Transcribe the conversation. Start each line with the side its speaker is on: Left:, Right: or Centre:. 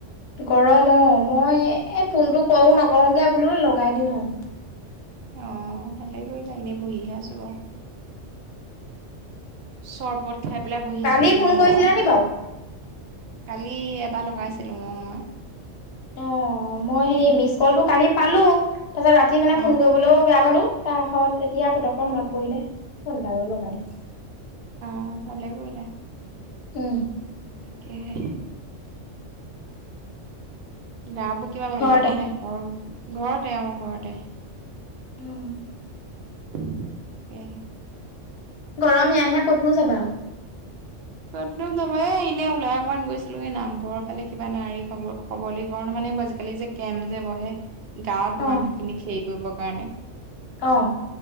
Left: গৰম অ মই এই ফোনটো কৰো নকৰগে বোলো লগাই দিওঁ আৰু।
Right: অ ভালেই কৰিলা এনে বহিহে আছো বাৰু। চৰবত খাই পেলাই বহি
Left: কালি
Right: আছো ইমান
Left: ফোন কৰিছিলা
Right: গৰম।
Left: নি বাৰু?
Right: কালি এবাৰ লগাইছিলো অ মই।
Left: অ মই সেই
Right: উম।
Left: মিচ কলটো কালি পালো তাৰপিছত ৰাতি মানে
Right: অ
Left: ফোন কৰিবলৈও বেয়া পালো। তাহাহত এতিয়া পতকৰ মনত পৰিলে ফোনটাকে লগাই দিও।
Right: অ ভালে কৰিলা।
Left: উম।
Right: তাকেহে। গা বোৰ কিবা ভাল
Left: ঘৰতে
Right: লগা নাই গৰম, ঘৰতে আৰু ঘৰতে।
Left: উম।
Right: তাকেহে।
Left: গৰম য়াহে ক'তনো যাবা আৰু।
Right: ক'ত নো যাবা এ এনে ওলাই অকমান গৈছিলো এই নামঘৰৰ ফালে কিবা নাাৰী সবলীকৰণ মানে। আজিকালি যে কেম্প যে বহে গাঁৱত
Left: অ
Right: মানুহখিনিক হেৰি কৰিবৰ কাৰণে।
Left: অ',